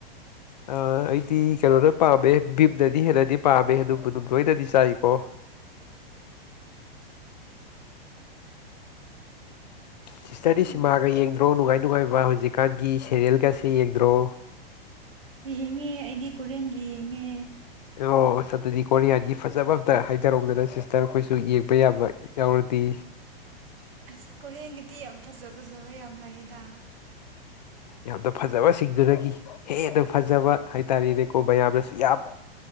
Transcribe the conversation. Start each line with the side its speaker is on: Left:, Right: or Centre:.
Left: ꯑꯥ ꯑꯩꯗꯤ ꯀꯩꯅꯣꯅ ꯄꯥꯝꯃꯦ ꯚꯤꯝꯅꯗꯤ ꯍꯦꯟꯅꯗꯤ ꯄꯥꯝꯃꯦ ꯑꯗꯨꯝꯕꯨ ꯑꯗꯨꯝ ꯂꯣꯏꯅꯗꯤ ꯆꯥꯏꯀꯣ
Right: <inaudible>
Left: ꯁꯤꯁꯇꯔꯗꯤ
Right: ꯎꯝ
Left: ꯁꯤꯃꯥꯒ ꯌꯦꯡꯗ ꯗ꯭ꯔꯣ ꯅꯨꯡꯉꯥꯏ ꯅꯨꯡꯉꯥꯏꯕ ꯍꯧꯖꯤꯛꯀꯥꯟꯒꯤ ꯁꯦꯔꯤꯌꯜ ꯀꯥꯁꯦ ꯌꯦꯡꯗ꯭ꯔꯣ
Right: ꯌꯦꯡꯉꯦ ꯑꯩꯗꯤ ꯀꯣꯔꯝꯌꯥꯟꯒꯤ ꯌꯦꯡꯉꯦ
Left: ꯑꯣ ꯑꯁ ꯗꯨꯗꯤ ꯀꯣꯔꯤꯌꯥꯟꯒꯤ ꯐꯖꯕ ꯑꯝꯇ ꯍꯥꯏꯊꯔꯧꯗꯅ ꯁꯤ ꯇꯔ ꯑꯩꯈꯣꯏꯁꯨ ꯏꯕ ꯌꯥꯕ ꯌꯥꯎꯔꯗꯤ
Right: ꯑꯁ ꯀꯣꯔꯤꯌꯥꯟꯒꯤꯗꯤ ꯌꯥꯝ ꯐꯖ ꯐꯖꯕ ꯌꯥꯝ ꯂꯩꯌꯦꯗ
Left: ꯌꯥꯝꯅ ꯐꯖꯕꯁꯤꯡꯗꯨꯗꯒꯤ ꯍꯦꯟꯅ ꯐꯖꯕ ꯍꯥꯏꯇꯥꯔꯦꯅꯦꯀꯣ ꯃꯌꯥꯝꯅꯁꯨ ꯌꯥꯝ